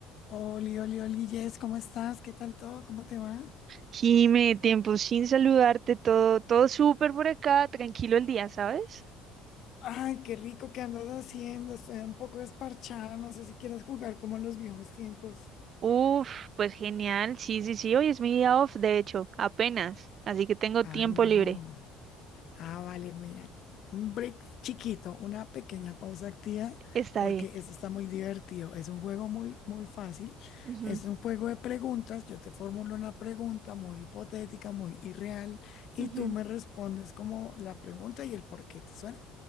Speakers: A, on the left (about 40°); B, on the right (about 30°).
A: Oli, oli, oli, Jess, ¿cómo estás? ¿Qué tal todo? ¿Cómo te va?
B: Jime, tiempo sin saludarte, todo, todo súper por acá, tranquilo el día, ¿sabes?
A: Ay, qué rico que andas haciendo. Estoy un poco desparchada. No sé si quieras jugar como en los viejos tiempos.
B: Uf, pues genial, sí, sí, sí, hoy es mi día off, de hecho, apenas, así que tengo
A: Ah,
B: tiempo
A: no.
B: libre,
A: Ah, vale, mira. Un break chiquito, una pequeña pausa activa,
B: está
A: porque
B: bien.
A: esto está muy divertido. Es un juego muy, muy fácil.
B: Ujú,
A: Es un juego de preguntas. Yo te formulo una pregunta muy hipotética, muy irreal, y
B: ujú,
A: tú me respondes como la pregunta y el por qué te suena.